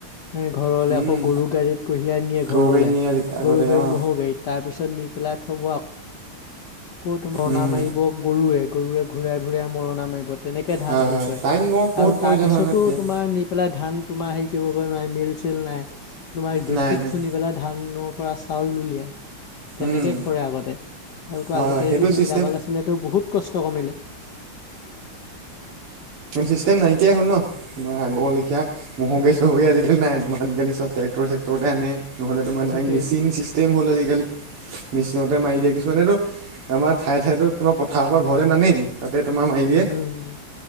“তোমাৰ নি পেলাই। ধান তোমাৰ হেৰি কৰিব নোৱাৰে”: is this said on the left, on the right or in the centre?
Left